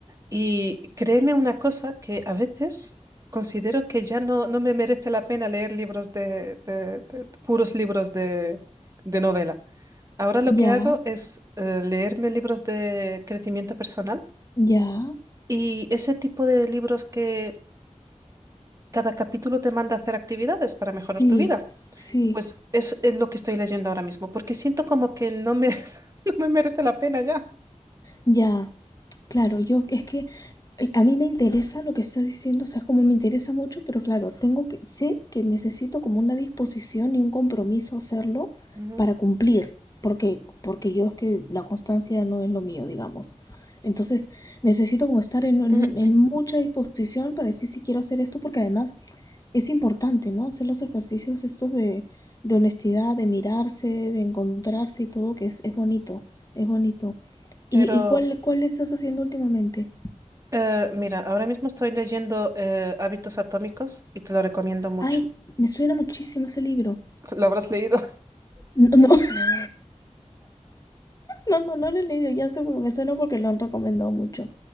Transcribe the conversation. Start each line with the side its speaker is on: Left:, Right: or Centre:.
Right: Y créeme una cosa que a veces considero que ya no, no me merece la pena leer libros de, de- de- puros libros de, de novela. Ahora lo
Left: ya,
Right: que hago es eh, leerme libros de crecimiento personal
Left: ya,
Right: y ese tipo de libros que Cada capítulo te manda a hacer actividades para mejorar
Left: sí,
Right: tu vida.
Left: sí,
Right: Pues es, es lo que estoy leyendo ahora mismo, porque siento como que no me, <laughs> no me merece la pena ya.
Left: ya, Claro, yo es que eh, a mí me interesa lo que estás diciendo, o sea, es como me interesa mucho, pero claro, tengo que, sé que necesito como una disposición y un compromiso hacerlo
Right: Ujú.
Left: para cumplir, porque, porque yo es que la constancia no es lo mío, digamos. Entonces, necesito como estar en, en-
Right: Ujú.
Left: en mucha disposición para decir si quiero hacer esto, porque además es importante, ¿no? Hacer los ejercicios estos de, de honestidad, de mirarse, de encontrarse y todo, que es, es bonito, es bonito. ¿Y,
Right: Pero
Left: y cuál, cuál estás haciendo últimamente?
Right: eh, mira, ahora mismo estoy leyendo eh, Hábitos Atómicos y te lo recomiendo mucho.
Left: Ay, me suena muchísimo ese libro.
Right: <laughs> ¿Lo habrás leído? <laughs>
Left: No, no, <laughs> no, no, no lo he leído, ya sé, me suena porque lo han recomendado mucho.